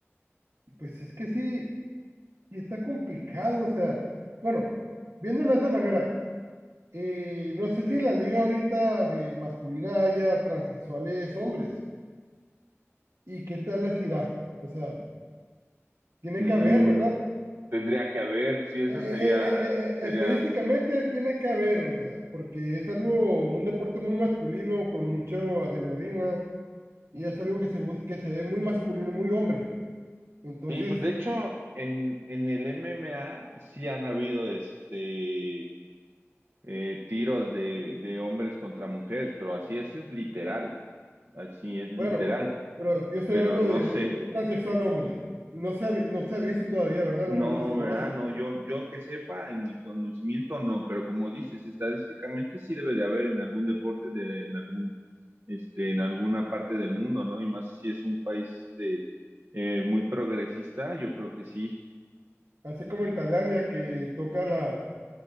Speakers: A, on the right; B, on the right.
A: Pues es que sí, sí está complicado. O sea, bueno, viéndolo de esta manera, eh, no sé si en la liga ahorita de masculina haya transexuales hombres. ¿Y qué tal les irá? O sea, tiene
B: mm,
A: que haber, ¿verdad?
B: tendría que haber, si eso
A: Eh, eh,
B: sería,
A: eh, eh,
B: sería
A: eh, estadísticamente tiene que haber, o sea, porque es algo, un deporte muy masculino, con mucha adrenalina, y es algo que se bus- que se ve muy masculino, muy hombre. Entonces,
B: Sí, pues de hecho, en, en el MMA sí han habido este eh, tiros de, de hombres contra mujeres, pero así es, es literal, así es literal,
A: bueno, pero yo estoy
B: pero
A: hablando
B: no
A: de
B: sé,
A: un, un transexual hombre. No se ha, vi- no se ha visto todavía, ¿verdad?
B: no,
A: No, no se conoce.
B: ¿verdad? No, yo, yo que sepa, en mi conocimiento no, pero como dices, estadísticamente sí debe de haber en algún deporte de, en algún, este, en alguna parte del mundo, ¿no? Y más si es un país este eh, muy progresista, yo creo que sí,
A: Así como en Tailandia que toca la,